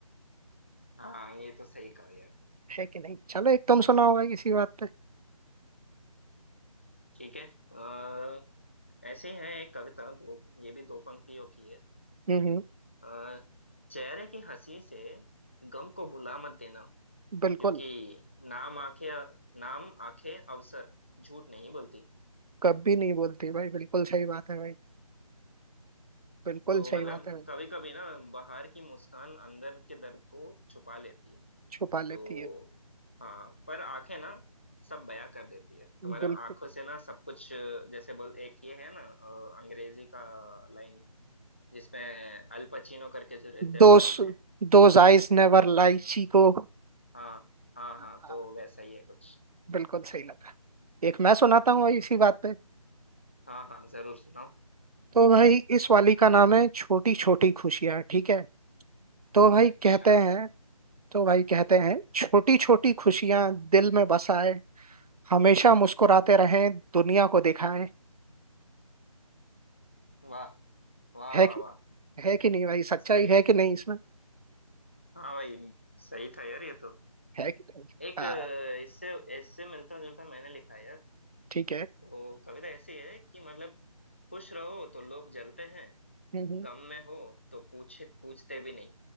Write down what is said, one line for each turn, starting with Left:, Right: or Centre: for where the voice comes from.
Left: हाँ ये तो सही कहा यार
Right: है कि नहीं चलो एक तुम सुनाओ भाई इसी बात पे
Left: ठीक है अ, ऐसे ही है एक कविता दो ये भी दो पंक्तियों की है
Right: हम्म हम्म,
Left: अ, चेहरे की हंसी से गम को भुला मत देना
Right: बिल्कुल
Left: क्योंकि नाम आंखें नाम आंखें अवसर झूठ नहीं बोलती
Right: कभी नहीं बोलती भाई बिल्कुल सही बात है भाई बिल्कुल
Left: तो मतलब
Right: सही बात है भाई
Left: कभी कभी ना बाहर की मुस्कान अंदर के दर्द को छुपा लेती है
Right: छुपा लेती
Left: तो
Right: है
Left: हाँ पर आंखें ना सब बयां कर देती है तो मतलब
Right: बिल्कुल
Left: आंखों से ना सब कुछ अ, जैसे बोल एक ये है ना अ, अंग्रेजी का लाइन जिसमें अल पचीनो करके जो रहते हैं
Right: Those
Left: वो बोलते हैं
Right: those eyes never lie को
Left: हाँ हाँ
Right: हाँ,
Left: हाँ तो वैसा ही है कुछ
Right: बिल्कुल सही लगा एक मैं सुनाता हूँ भाई इसी बात पे
Left: हाँ हाँ जरूर सुनाओ
Right: तो भाई इस वाली का नाम है छोटी छोटी खुशियाँ ठीक है तो भाई
Left: अच्छा
Right: कहते हैं तो भाई कहते हैं छोटी छोटी खुशियाँ दिल में बसाए हमेशा मुस्कुराते रहें दुनिया को दिखाएं
Left: वाह वाह
Right: है
Left: वाह
Right: कि
Left: वाह
Right: है कि नहीं भाई सच्चाई
Left: सही
Right: है कि नहीं इसमें
Left: हाँ भाई सही था यार ये तो
Right: है कि नहीं
Left: एक
Right: हाँ
Left: अ, इससे इससे मिलता जुलता मैंने लिखा है यार
Right: ठीक है
Left: वो कविता ऐसी है कि मतलब खुश रहो तो लोग जलते हैं
Right: हम्म, हम्म,
Left: गम में हो तो पूछे पूछते भी नहीं